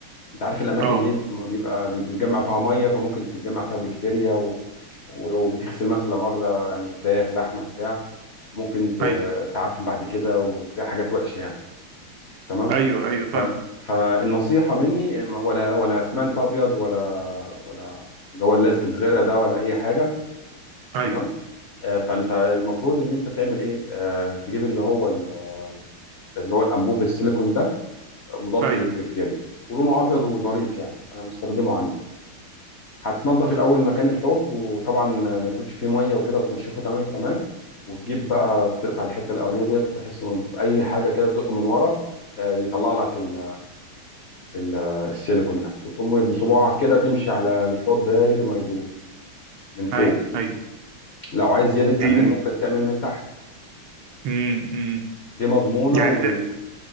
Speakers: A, on the left; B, on the right.
A: انت عارف الاماكن
B: اه
A: دي ما بيبقى بيتجمع فيها ميه فممكن تتجمع فيها بكتيريا و... ولو بتغسل مثلا لا مؤاخذه يعني فراخ لحمه بتاع ممكن ت-
B: ايوه
A: تعفن بعد كده وتلاقي حاجات وحشه يعني تمام
B: ايوه ايوه فاهم
A: ف... فالنصيحه مني ما- ولا ولا اسمنت ابيض ولا ولا اللي هو اللزق الغيره ده ولا اي حاجه
B: ايوه
A: تمام آه، فانت المفروض ان انت تعمل ايه آه، تجيب اللي هو ال- اللي هو الانبوب السيليكون ده مضاد
B: ايوه
A: للبكتيريا ولونه ابيض وظريف يعني انا مستخدمه عندي هتنضف الاول مكان الحوض وطبعا ما يكونش فيه ميه وكده وتنشفه تمام التمام وتجيب بقى تقطع الحته الاولانيه ديت بحيث إن اي حاجه كده تزق من ورا آه، يطلع لك ال- ال- السيليكون نفسه وتقوم بصباعك كده تمشي على الحوض داير ما يدور من فوق
B: ايوه ايوه
A: لو عايز زياده
B: دي
A: امان ممكن تعمل من تحت
B: امم امم
A: دي مضمونه
B: يعني
A: ومضمونه
B: ده